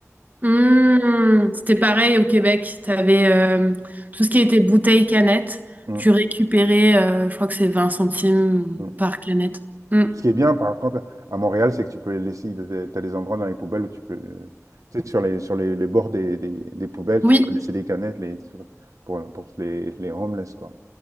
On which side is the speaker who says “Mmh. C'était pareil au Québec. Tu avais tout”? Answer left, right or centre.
Right